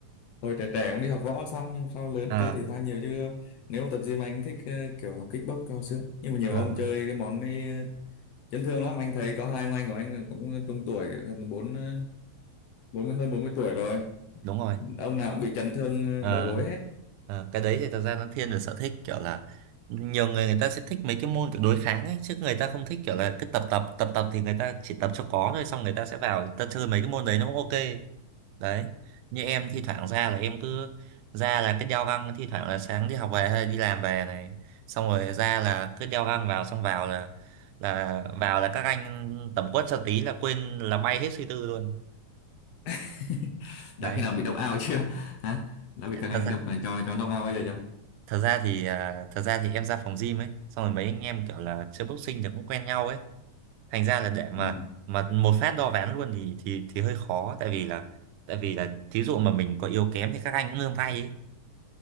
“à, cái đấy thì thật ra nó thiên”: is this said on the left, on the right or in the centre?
Right